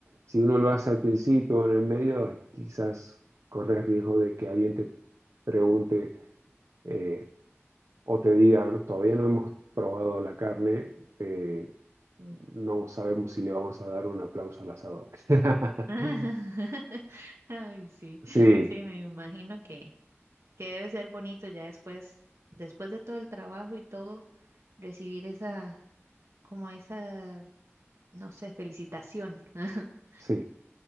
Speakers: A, on the right (about 85°); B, on the right (about 70°).
A: si uno lo hace al principio o en el medio, quizás corres riesgo de que alguien te pregunte eh, o te diga, todavía no hemos probado la carne, eh, no sabemos si le vamos a dar un aplauso al asador. <laughs>
B: <laughs> Ay, sí,
A: Sí,
B: sí, me imagino que, que debe ser bonito ya después, después de todo el trabajo y todo, recibir esa, como esa, no sé, felicitación. <laughs>
A: sí,